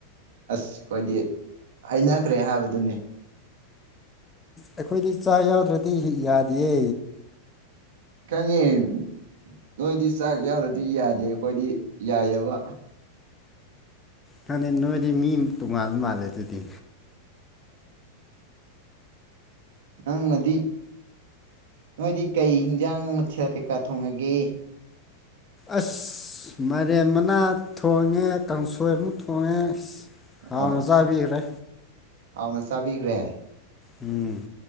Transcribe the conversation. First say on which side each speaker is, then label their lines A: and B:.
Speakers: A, on the right; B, on the left.
A: ꯑꯁ ꯑꯩꯈꯣꯏꯗꯤ ꯍꯩꯅꯈ꯭ꯔꯦ ꯍꯥꯏꯕꯗꯨꯅꯤ꯫
B: ꯑꯩꯈꯣꯏꯗꯤ ꯆꯥꯛ ꯌꯥꯎꯗ꯭ꯔꯗꯤ ꯌꯥꯗꯤꯌꯦ
A: <unintelligible> ꯅꯣꯏꯗꯤ ꯆꯥꯛ ꯌꯥꯎꯔꯗꯤ ꯌꯥꯗꯦ ꯑꯩꯈꯣꯏꯗꯤ ꯌꯥꯏꯑꯕ
B: ꯃꯥꯅꯦ ꯅꯣꯏꯗꯤ ꯃꯤ ꯇꯣꯡꯉꯥꯟꯕ ꯃꯥꯜꯂꯦ ꯑꯗꯨꯗꯤ
A: ꯅꯪꯅꯗꯤ ꯅꯣꯏꯗꯤ ꯀꯩ ꯍꯤꯟꯖꯥꯡ ꯃꯊꯦꯜ ꯀꯩꯀꯥ ꯊꯣꯡꯉꯒꯦ
B: ꯑꯁ ꯃꯥꯢꯔꯦꯟ ꯃꯅꯥ ꯊꯣꯡꯉꯦ ꯀꯥꯡꯁꯣꯏ ꯑꯃꯨꯛ ꯊꯣꯡꯉꯦ ꯑꯁ ꯍꯥꯎꯅ
A: ꯑꯥ
B: ꯆꯥꯕꯤꯒ꯭ꯔꯦ
A: ꯍꯥꯎꯅ ꯆꯥꯕꯤꯈ꯭ꯔꯦ
B: ꯎꯝ